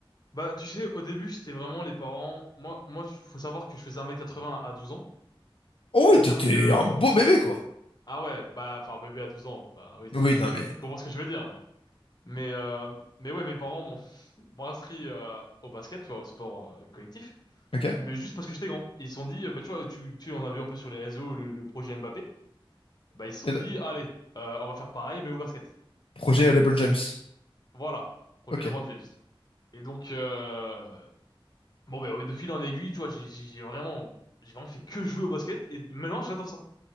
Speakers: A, on the left; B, on the left.
A: bah, tu sais, au début, c'était vraiment les parents. Moi, moi, il faut savoir que je faisais un mètre quatre-vingts à 12 ans.
B: Oh
A: C'est-à-dire
B: oui, t'étais
A: que,
B: un beau bébé, quoi.
A: ah ouais, bah, enfin, bébé à 12 ans, bah oui, tu,
B: Oui, non, mais...
A: tu comprends ce que je veux dire, Mais, euh, mais ouais, mes parents m'ont <laughs> m'ont inscrit euh, au basket, tu vois, au sport euh, collectif,
B: Ok. Et
A: mais juste parce que j'étais grand. Ils se sont dit, euh, bah, tu vois, tu, tu en as vu un peu sur les réseaux le, le projet Mbappé. Bah, ils se sont
B: le-
A: dit, allez, euh, on va faire pareil, mais au basket.
B: Projet euh, LeBron James.
A: Voilà, projet
B: Ok.
A: LeBron James. Et donc, euh, bon, bah, de fil en aiguille, tu vois, j'ai j'ai- j'ai vraiment, j'ai vraiment fait que jouer au basket, et maintenant, j'adore ça.